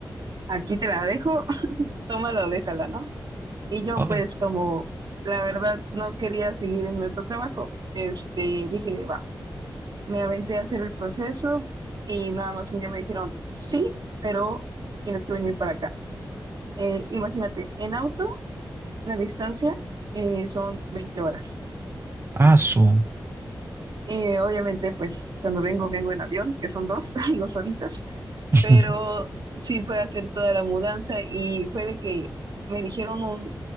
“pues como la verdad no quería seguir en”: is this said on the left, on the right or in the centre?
Right